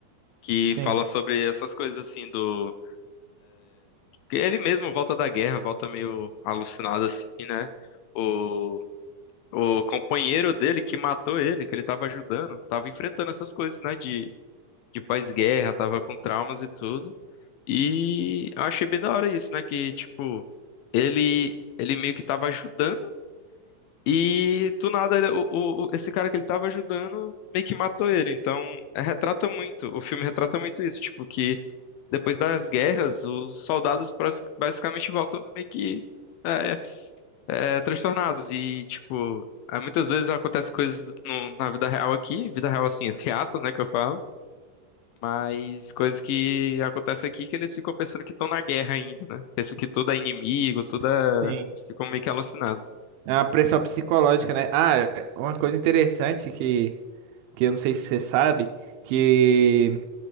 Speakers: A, on the left; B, on the right.
A: que
B: Sim.
A: fala sobre essas coisas assim do. que Ele mesmo volta da guerra, volta meio alucinado assim, né? O, o companheiro dele que matou ele, que ele tava ajudando, tava enfrentando essas coisas, né? De, de pós-guerra, tava com traumas e tudo. E eu achei bem da hora isso, né? Que, tipo, ele, ele meio que tava ajudando e do nada ele- o, o- o- esse cara que ele tava ajudando meio que matou ele. Então, é, retrata muito, o filme retrata muito isso, tipo, que depois das guerras, os soldados bras- basicamente voltam meio que é, é, é, transtornados. E, tipo, é, muitas vezes acontecem coisas no- na vida real aqui, vida real assim, entre aspas, né, que eu falo. Mas coisas que acontecem aqui que eles ficam pensando que estão na guerra ainda, né? Pensam que tudo é inimigo,
B: Sim.
A: tudo é... Ficam meio que alucinados.
B: É uma pressão psicológica, né? Ah, uma coisa interessante que que eu não sei se você sabe, que